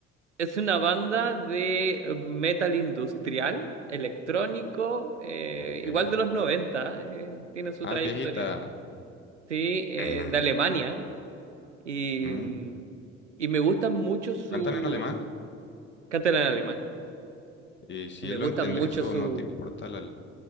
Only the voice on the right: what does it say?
Es una banda de metal industrial, electrónico, eh,
igual de los 90 eh, tiene su
trayectoria,
sí, eh,
de Alemania y,
mm, y me gustan mucho sus...
Cantan en alemán.
Me
gustan
mucho
sus